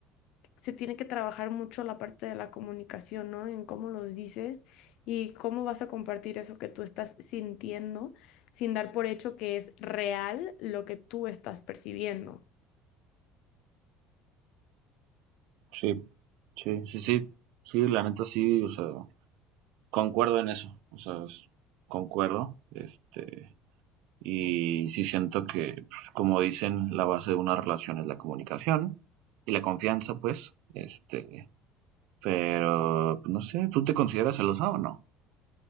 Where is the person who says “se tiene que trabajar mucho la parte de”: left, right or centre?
Left